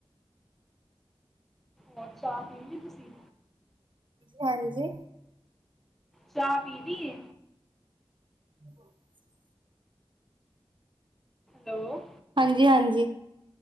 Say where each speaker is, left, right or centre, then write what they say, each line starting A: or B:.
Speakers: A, in the centre; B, on the right (about 55°).
A: ਹੋਰ ਚਾਹ ਪੀ ਲੀ ਤੁਸੀਂ
B: ਹਾਂਜੀ
A: ਚਾਹ ਪੀ ਲਈ
B: <unintelligible>
A: ਹੈਲੋ
B: ਹਾਂਜੀ ਹਾਂਜੀ